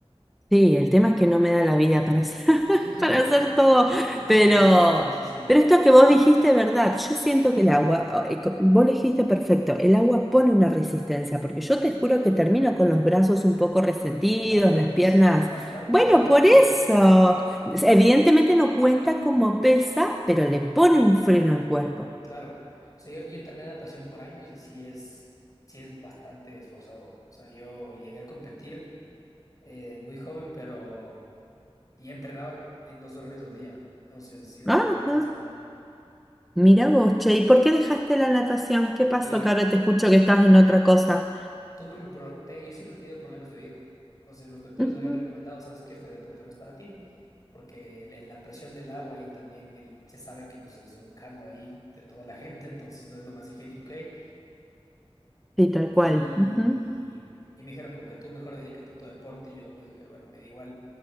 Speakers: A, in the centre; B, on the left (about 35°).
A: Sí, el tema es que no me da la vida para hacer, <laughs>
B: <laughs>
A: para hacer todo,
B: Sí,
A: pero,
B: sí, sí, sí.
A: pero esto que vos dijiste es verdad. Yo siento que el agua, o- eh, co- vos lo dijiste perfecto, el agua pone una resistencia, porque yo te juro que termino con los brazos un poco resentidos,
B: Bastantes,
A: las piernas.
B: bastante
A: Bueno,
B: resentido,
A: por
B: sí,
A: eso. Es- Evidentemente no cuenta como pesa, pero le pone un freno al cuerpo.
B: claro. O sea, yo, yo entrené natación por años y sí es, sí es bastante esforzado. O sea, yo llegué a competir eh, muy joven, pero... Y entrenaba en dos horarios al día, entonces sí era
A: Ajá.
B: muy cansado.
A: Mira vos, che, ¿y por qué dejaste la natación? ¿Qué pasó?
B: Eh,
A: Que ahora te escucho que estás en otra cosa.
B: tuve un pro- te- yo siempre he tenido problemas de oído. Entonces los doctores
A: Ujú.
B: me habían recomendado, sabes que este deporte no es para ti, porque el- la presión del agua y también el- se sabe que pues es un caldo ahí de toda la <laughs> gente, entonces no es lo más higiénico que hay.
A: Sí, tal
B: Y,
A: cual. Ujú.
B: y me dijeron como que tú mejor dedícate a tu deporte y yo dije, bueno, me da igual.